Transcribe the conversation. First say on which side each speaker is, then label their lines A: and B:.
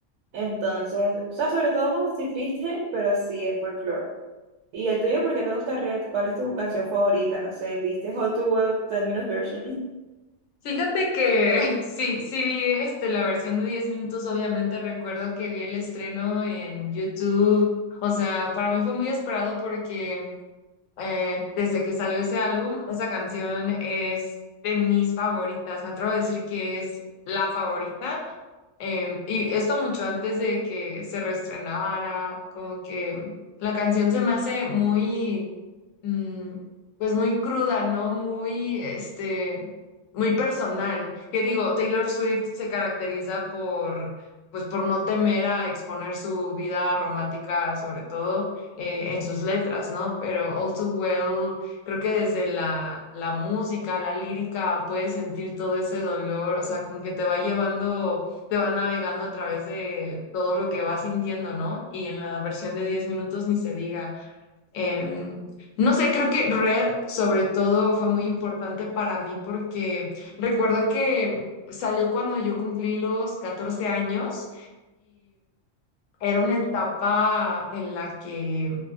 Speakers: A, on the right; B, on the left.
A: Entonces, o sea, sobre todo cuando estoy triste, <laughs> pero sí es folklore. ¿Y el tuyo por qué te gusta Red? ¿Cuál es tu canción favorita? No sé, ¿viste How to Web 10 Minutes Version?
B: Fíjate que <laughs> sí, sí vi este, la versión de diez minutos, obviamente recuerdo que vi el estreno en YouTube, o sea, para mí fue muy esperado porque eh, desde que salió ese álbum, esa canción es de mis favoritas, me atrevo a decir que es la favorita, em, y esto mucho antes de que se reestrenara, como que la canción se me hace muy mm, pues muy cruda, ¿no? Muy, este, muy personal. Que digo, Taylor Swift se caracteriza por, pues por no temer a exponer su vida romántica, sobre todo eh, en sus letras, ¿no? Pero All Too Well, creo que desde la, la música, la lírica, puedes sentir todo ese dolor, o sea, como que te va llevando, te va navegando a través de todo lo que vas sintiendo, ¿no? Y en la versión de 10 minutos ni se diga. Em, no sé, creo que Red sobre todo fue muy importante para mí porque recuerdo que salió cuando yo cumplí los catorce años era una etapa en la que,